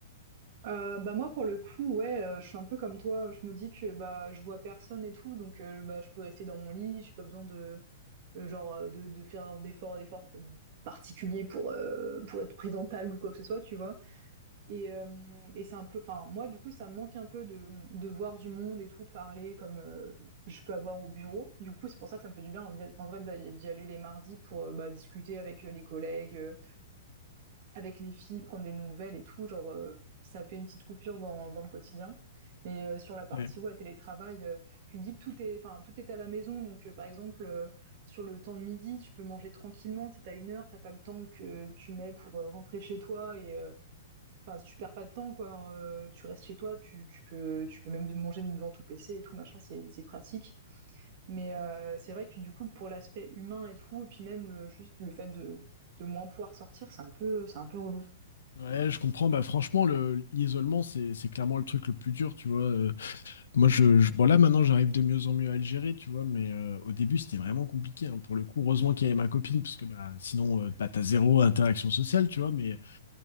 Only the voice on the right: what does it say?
euh, bah moi pour le coup ouais euh, je suis un peu comme toi je me dis que bah je vois personne et tout donc euh, bah je peux rester dans mon lit j'ai pas besoin de le genre euh, de, de faire d'efforts d'efforts euh, particuliers pour euh, pour être présentable ou quoi que ce soit tu vois et euh, et c'est un peu enfin moi du coup ça me manque un peu de de voir du monde et tout de parler comme euh, je peux avoir au bureau du coup c'est pour ça que ça me fait du bien en, en vrai d'y d'y aller les mardis pour euh, bah discuter avec euh, les collègues euh, avec les filles, prendre des nouvelles et tout, genre euh, ça fait une petite coupure dans, dans le quotidien. Mais euh, sur la partie
ouais, télétravail, euh, tu te dis que tout est, enfin tout est à la maison, donc euh, par exemple euh, sur le temps de midi, tu peux manger tranquillement, t'es à une heure, t'as pas le temps que tu mets pour euh, rentrer chez toi et euh, enfin si tu perds pas de temps quoi, hein, euh, tu restes chez toi, tu, tu peux tu peux même manger devant ton PC et tout machin, c'est c'est pratique. Mais euh, c'est vrai que du coup pour l'aspect humain et tout, et puis même le, juste le fait de de moins pouvoir sortir, c'est un peu c'est un peu relou.